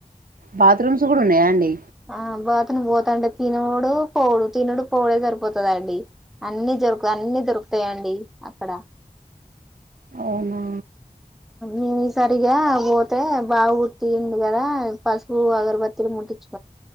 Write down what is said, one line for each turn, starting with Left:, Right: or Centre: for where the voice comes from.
Right: బాత్రూమ్స్ గూడా ఉన్నయా అండి
Centre: ఆ బాత్రూమ్ పోతంటే తినుడు పోవుడు తినుడు పోవుడే సరిపోతాయండి అన్ని జరుకు అన్ని దొరుకుతాయండి అక్కడ
Right: అవ్నా
Centre: హ్మ్ సరిగా బోతే బాగు గుర్తింది కదా పసుపు అగరబత్తీలు ముట్టించు